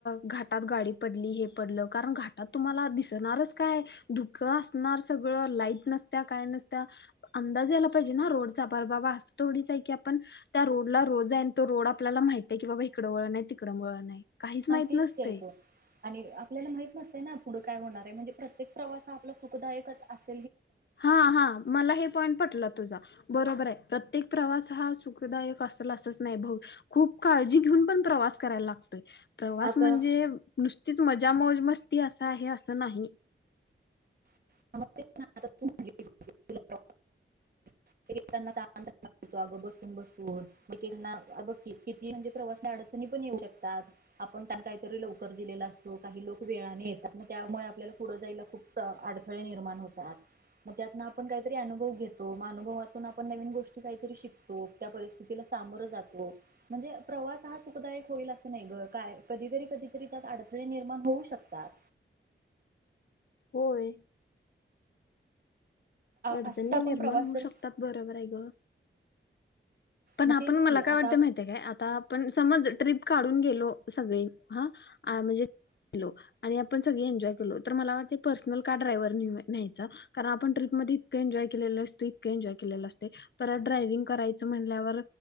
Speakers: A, on the left; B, on the right.
A: घाटात गाडी पडली हे पडल कारण घाटात तुम्हाला दिसणारच काय धुकं असणार सगळ लाईट नसत्या काय नसत्या अंदाज यायला पाहिजे ना रोडचा पर बाबा अस थोडीच आहे की आपण त्या रोडला रोज तो रोड आपल्याला माहितीय की बाबा इकडं वळण आहे तिकडं वळण आहे काहीच माहित
B: हां तेच
A: नसतंय
B: ते अगं आणि आपल्याला माहित नसतंय ना पुढं काय होणार आहे म्हणजे प्रत्येक प्रवास आपला सुखदायकच असे
A: हां हां मला हे पॉईंट पटलं तुझा बरोबर आहे. प्रत्येक प्रवास हा सुखदायक असल असच नाही भाऊ खूप काळजी घेऊन पण प्रवास करायला लागतोय. प्रवास
B: आता
A: म्हणजे नुसतीच म जा मोज मस्ती असं आहे असं नाही.
B: <inaudible> <unintelligible> अगं बसून बसून एकेकांना अ बघ की किती म्हणजे प्रवास अडचणी पण येऊ शकतात आपण त्यांना काहीतरी लवकर दिलेला असतो काही लोकं वेळाने येतात मग त्यामुळे आपल्याला पुढं जायला खूप अडथळे निर्माण होतात, मग त्यातन आपण काहीतरी अनुभव घेतो म अनुभवा तून आपण नवीन गोष्टी काहीतरी शिकतो त्या परिस्थितीला सामोरं जातो म्हणजे प्रवास हा सुखदायक होईल असं नाही गं काय कधीतरी कधीतरी त्यात अडथळे निर्माण होऊ शकतात.
A: होय. अडचणी
B: असंच आपण
A: निर्माण
B: प्रवास
A: होऊ
B: जर
A: शकतात बरोबर आहे गं पण
B: मग
A: आपण
B: तेच
A: मला
B: की
A: काय
B: आता
A: वाटतंय माहित आहे काय आता आपण समज ट्रिप काढून गेलो सगळे हा आमी जे गेलो आणि आपण सगळी एन्जॉय <unintelligible> लो तर मला वाटतय पर्सनल कार ड्रायव्हर न्हेहूया न्हेयचा कारण आपण ट्रिप मधे इतकं एन्जॉय केलेलं असतोय, इतकं एन्जॉय केलेलं असतय, परत ड्रायव्हिंग करायच म्हण ल्यावर